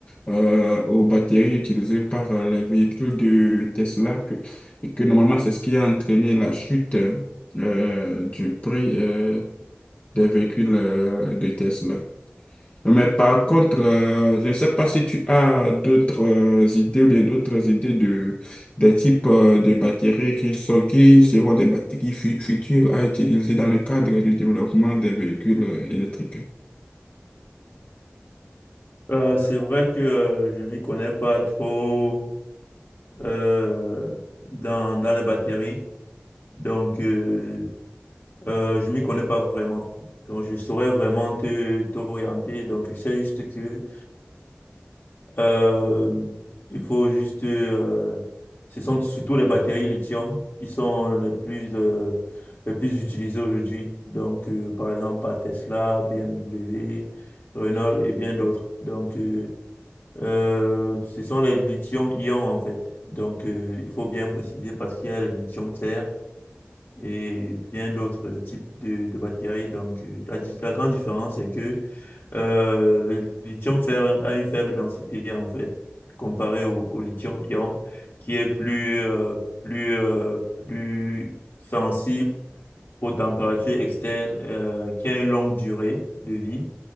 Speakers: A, on the left; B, on the left.
A: euh, aux bactéries utilisées par euh, les véhicules de Tesla, que, que normalement c'est ce qui a entraîné la chute euh, du prix euh, des véhicules euh, de Tesla. Mais par contre, euh, je ne sais pas si tu as d'autres euh, idées ou bien d'autres idées de des types euh, de batteries qui sont, qui seront des batteries fu- futures à utiliser dans le cadre du développement des véhicules euh, électriques.
B: Euh, c'est vrai que euh, je m'y connais pas trop euh, dans, dans les batteries. Donc, euh, Euh, je m'y connais pas vraiment. Donc, je saurais vraiment te t'orienter. Donc, je sais juste que euh, il faut juste. euh, ce sont surtout les batteries lithium qui sont les plus, euh, les plus utilisées aujourd'hui. Donc, euh, par exemple, par Tesla, BMW, Renault et bien d'autres. Donc, euh, euh, ce sont les lithium-ion en fait. Donc, euh, il faut bien préciser parce qu'il y a le lithium-fer et bien d'autres types de, de batteries. Donc, euh, la, di- la grande différence, c'est que euh, le lithium fer a une faible densité, en fait, comparé au, au lithium-ion, qui est plus, euh, plus, euh, plus sensible aux températures externes, euh, qui a une longue durée de vie.